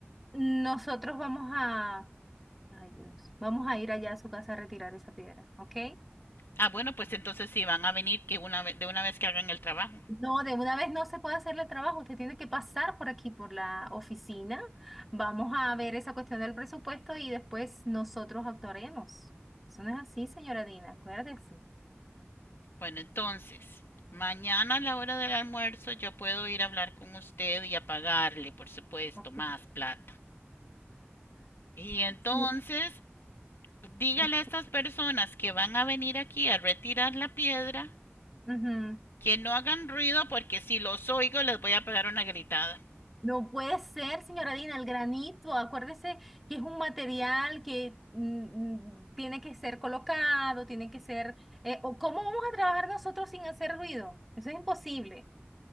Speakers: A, in the centre; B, on the left.
A: Nosotros vamos a, ay Dios, vamos a ir allá a su casa a retirar esa piedra, ¿ok?
B: Ah, bueno, pues entonces sí van a venir que una ve- de una vez que hagan el trabajo.
A: No, de una vez no se puede hacerle trabajo, usted tiene que pasar por aquí, por la oficina. Vamos a ver esa cuestión del presupuesto y después nosotros actuaremos. Eso no es así, señora Dina, acuérdese.
B: Bueno, entonces, mañana a la hora del almuerzo yo puedo ir a hablar con usted y a pagarle, por supuesto,
A: Ok.
B: más plata. Y entonces,
A: Sí,
B: dígale
A: discul-
B: a estas personas que van a venir aquí a retirar la piedra
A: Ujú.
B: Que no hagan ruido porque si los oigo les voy a pegar una gritada.
A: No puede ser, señora Dina, el granito. Acuérdese que es un material que mm, mm, tiene que ser colocado, tiene que ser... eh, o ¿cómo vamos a trabajar nosotros sin hacer ruido? Eso es imposible.